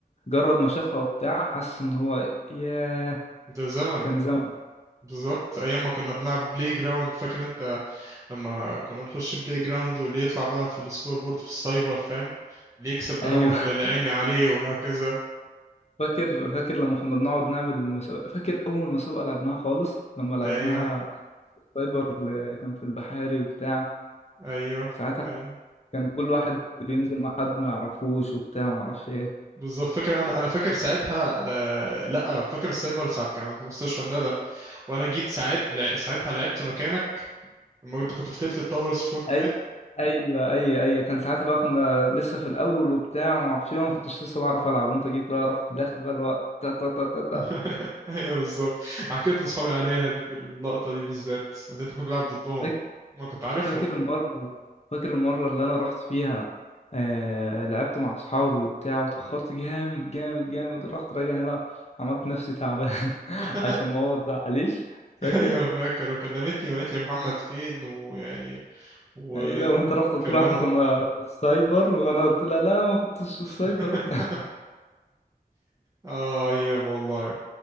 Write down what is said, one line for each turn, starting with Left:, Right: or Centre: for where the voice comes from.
Left: مجرد ما شافها وبتاع حس ان هو ياه
Right: ده زمن
Left: كان زمن
Right: بالظبط ايام ما كنا بنلعب بلاي جراوند فاكر انت لما كنا نخش بلاي جراوند واللي يطلع بقى في السكور بورد في السايبر فاهم اللي يكسب بقى
Left: <laughs> ايوه
Right: هو اللي اللي عيني عليه وهكذا
Left: فاكر فاكر لما كنا بنقعد نعمل مسابقة فاكر أول مسابقة لعبناها خالص لما لعبناها
Right: ايوه
Left: سايبر اللي كان في البحاري وبتاع
Right: ايوه
Left: ساعتها
Right: ايوه
Left: كان كان كل واحد بينزل مع حد ما يعرفوش وبتاع ما اعرفش ايه
Right: بالظبط فاكر انا انا فاكر ساعتها لا, لا فاكر السايبر ساعه كان عند مستشفى الندى وانا جيت ساعت لا- ساعتها لعبت مكانك لما كنت كنت في تلت التاورز في فورتنايت
Left: أي أيوة أيوة أيوة كان ساعتها بقى كنا لسه في الأول وبتاع وما اعرفش ايه ما كنتش لسه بعرف ألعب وأنت جيت بقى رحت داخل بقى الوقت تا تا تا تا
Right: <laughs> ايوه بالظبط حكيت لاصحابي عليها دي كل اللقطه دي بالذات اللي انت كنت بتلعب ضدهم
Left: تا
Right: ما كنت عارفهم
Left: فاكر المرة فاكر المرة اللي أنا رحت فيها آه... لعبت مع أصحابي وبتاع وتأخرت جامد جامد جامد ورحت راجع هنا عملت نفسي تعبان <laughs>
Right: <laughs>
Left: عشان ماما متزعليش فاكر؟
Right: ايوه فاكر وكلمتني وقالت لي محمد فين ويعني وكلمه
Left: أيوة وأنت رحت قلت لها إحنا كنا في السايبر وأنا قلت لها لا ما كنتش في السايبر
Right: <laughs>
Left: وبتاع
Right: اه ايام والله